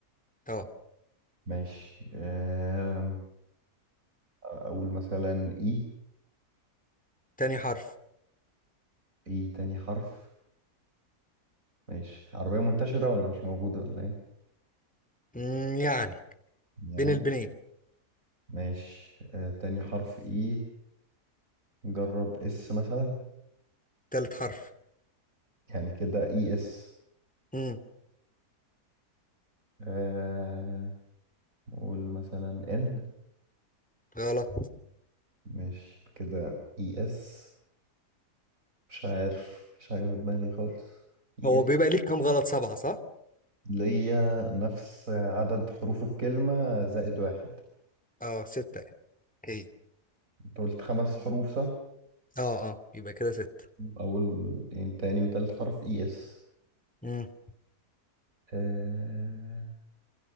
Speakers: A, in the centre; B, on the right (about 55°).
A: اه
B: ماشي آه اقول مثلا اي
A: تاني حرف
B: اي تاني حرف ماشي عربية منتشرة ولا مش موجودة ولا ايه
A: مم، يعني
B: يعني
A: بين البنين
B: ماشي آه تاني حرف اي جرب اس مثلا
A: تالت حرف
B: يعني كده اي اس
A: مم،
B: آه قول مثلا ان
A: غلط
B: ماشي كده اي اس مش عارف مفيش حاجة في دماغي خالص اي
A: هو
B: اس
A: بيبقى ليك كام غلط سبعة صح؟
B: ليا نفس عدد حروف الكلمة زائد واحد
A: اه ستة يعني. ايه
B: انت قلت خمس حروف صح؟
A: اه اه يبقى كده ستة
B: أول يعني تاني وتالت حرف اي اس
A: امم
B: آه،